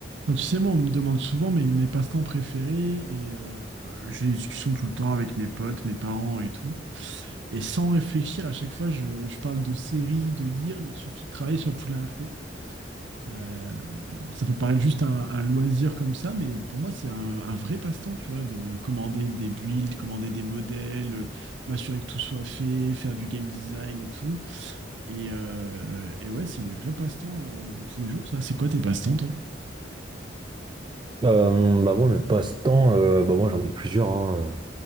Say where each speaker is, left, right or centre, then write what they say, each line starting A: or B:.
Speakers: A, on the right; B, on the right.
A: Bon, Tu sais, moi, on me demande souvent mes, mes passe-temps préférés et euh, j'ai des discussions tout le temps avec mes potes, mes parents et tout. Et sans réfléchir, à chaque fois, je, je parle de séries, de lire, mais surtout de travailler sur Poudlard RP. Euh, alors, ça peut paraître juste un, un loisir comme ça, mais pour moi, c'est un, un vrai passe-temps, tu vois, de commander des builds, commander des modèles, euh, m'assurer que tout soit fait, faire du game design et tout. Et, euh, et ouais, c'est mes vrais passe-temps euh, de tous les jours, ça. C'est quoi tes passe-temps, toi?
B: Euh, bah moi mes passe-temps, euh, bah moi j'en ai plusieurs hein. euh.